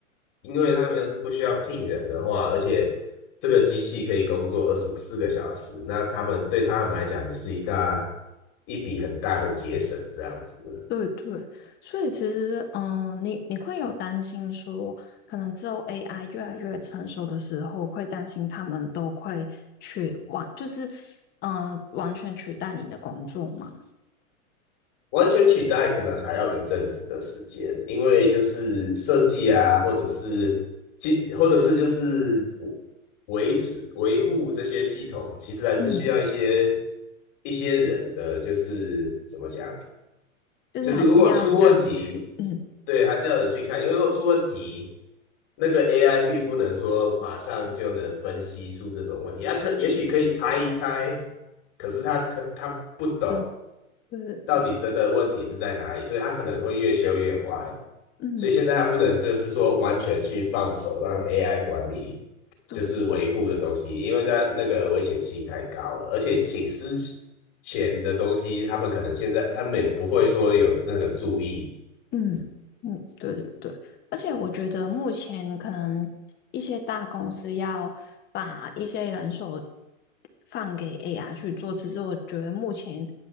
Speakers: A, on the left; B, on the left.
A: 因为他们要是不需要聘人的话，而且这个机器可以工作二十四个小时，那他们对他们来讲就是一大一笔很大的节省，这样子。
B: 对对，所以其实，嗯，你你会有担心说，可能之后 AI 越来越成熟的时候，会担心他们都会去完，就是，呃，完全取代你的工作吗？
A: 完全取代可能还要一阵子的时间，因为就是设计啊，或者是其或者是就是维持维护这些系统，其实还是需要一些
B: 嗯，
A: 一些人的，就是怎么讲，
B: 就是还是要人去，
A: 就是如果出问题，
B: 嗯，
A: 对，还是要有人去看，因为如果出问题，那个 AI 并不能说马上就能分析出这种问题，它可也许可以猜一猜，可是它可它不懂。
B: <laughs> 对对对对，
A: 到底真的问题是在哪里，所以它可能会越修越坏。
B: 嗯，
A: 所以现在它不能就是说完全去放手让 AI 管理，就是维护的东西，
B: 对。
A: 因为在那个危险性太高了，而且请私钱的东西，他们可能现在他们也不会说有那个注意。
B: 嗯嗯，对对对，而且我觉得目前可能一些大公司要把一些人手放给 AI 去做，其实我觉得目前